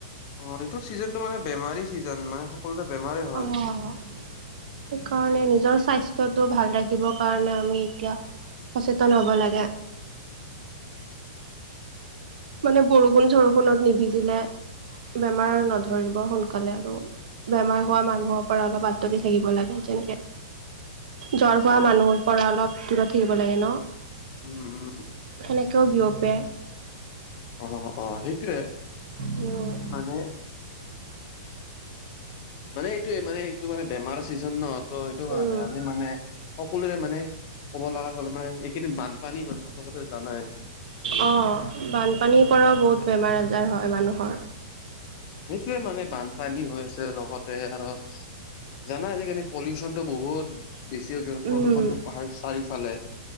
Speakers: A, on the left; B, on the right.
A: অ এইটো ছিজনটো মানে বেমাৰী ছিজন মানে সকলোতে বেমাৰে হয়।
B: অ', সেইকাৰণে নিজৰ স্বাস্থ্যটো ভাল ৰাখিবৰ কাৰণে আমি এতিয়া সচেতন হ'ব লাগে। মানে বৰষুণ চৰষুণত নিবিজিলে বেমাৰ নধৰিব সোনকালে আৰু বেমাৰ হোৱা মানুহৰ পৰা অলপ আঁতৰি থাকিব লাগে যেনেকে জ্বৰ হোৱা
A: অ
B: মানুহৰ পৰা অলপ দূৰত থাকিব লাগে ন
A: উম উম
B: সেনেকেও বিয়পে
A: অ অ সেইটোৱে
B: উম
A: মানে মানে এইটোয়ে মানে এইটো মানে বেমাৰ ছিজন ন ত' সেইটো কাৰণে
B: উম।
A: আমি মানে সকলোৰে মানে ক'ব লগা গ'লে মানে এইকেইদিন বানপানী হৈছে চবতে জানাই
B: অঁ, বানপানীৰ পৰাও বহুত বেমাৰ আজাৰ হয় মানুহৰ।
A: সেইটোৱে মানে বান- পানী হৈ আছে লগতে আৰু জানা আজিকালি পলিউচনতটো বহুত বেছি। প্ৰদূষণটো
B: উম
A: পাহাৰ চাৰিওফালে